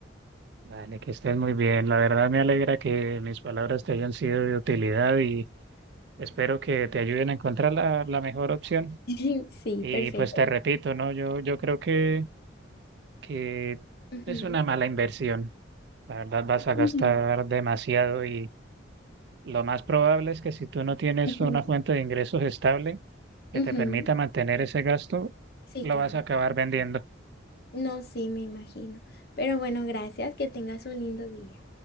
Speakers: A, on the right; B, on the left.
A: Vale, que estés muy bien. La verdad me alegra que mis palabras te hayan sido de utilidad y espero que te ayuden a encontrar la, la mejor opción.
B: <laughs> Sí,
A: Y
B: perfecto.
A: pues te repito, ¿no? Yo, yo creo que, que
B: Ujú.
A: es una mala inversión. La verdad vas a
B: Sí.
A: gastar demasiado y lo más probable es que si tú no tienes
B: Ujú,
A: una fuente de ingresos estable que
B: ujú.
A: te permita mantener ese gasto,
B: Sí,
A: lo
B: claro.
A: vas a acabar vendiendo.
B: No, sí, me imagino. Pero bueno, gracias, que tengas un lindo día.